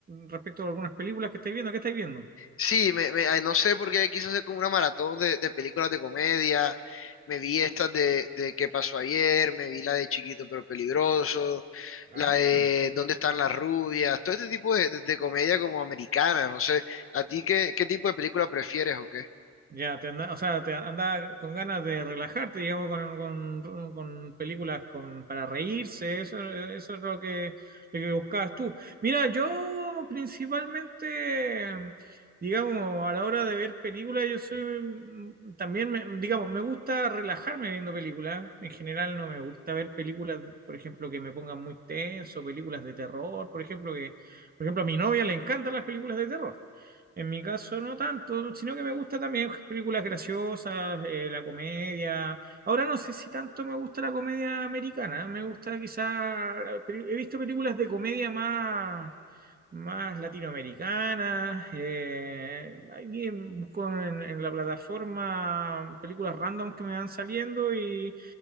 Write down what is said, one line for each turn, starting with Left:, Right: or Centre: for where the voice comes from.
Right: respecto a algunas películas que estáis viendo, ¿qué estáis viendo?
Left: Sí, me, me- ay, no sé por qué quiso hacer como una maratón de, de películas de comedia. Me vi estas de, de ¿Qué pasó ayer? Me vi la de Chiquito pero peligroso,
Right: Ah.
Left: la de ¿Dónde están las rubias? Todo este tipo de, de- de comedia como americana, no sé. ¿A ti qué, qué tipo de película prefieres o qué?
Right: Ya, te anda, o sea, te anda con ganas de relajarte, digamos, con, con, con películas con, para reírse, eso, eso es lo que, lo que buscabas tú. Mira, yo principalmente, digamos, a la hora de ver películas, yo soy, mm, también, me- digamos, me gusta relajarme viendo películas. En general no me gusta ver películas, por ejemplo, que me pongan muy tenso, películas de terror, por ejemplo, que, por ejemplo, a mi novia le encantan las películas de terror. En mi caso, no tanto, sino que me gusta también películas graciosas, eh, la comedia. Ahora no sé si tanto me gusta la comedia americana, me gusta quizá, peli- he visto películas de comedia más, más latinoamericanas. eh, ahí en- busco en, en la plataforma películas random que me van saliendo y,